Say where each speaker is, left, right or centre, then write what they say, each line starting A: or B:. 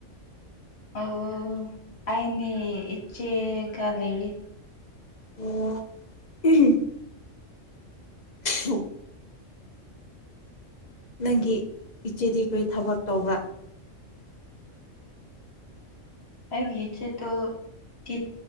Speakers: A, on the left; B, on the left.
A: ꯑꯣ ꯑꯩꯅꯦ ꯏꯆꯦꯒ ꯂꯩꯔꯤ
B: ꯑꯣ <unintelligible> ꯎ <unintelligible> ꯅꯪꯒꯤ ꯏꯆꯦꯗꯤ ꯀꯔꯤ ꯊꯕꯛ ꯇꯧꯕ
A: ꯑꯩꯒꯤ ꯏꯆ‌ꯦꯗ‌ꯣ ꯇꯤꯠ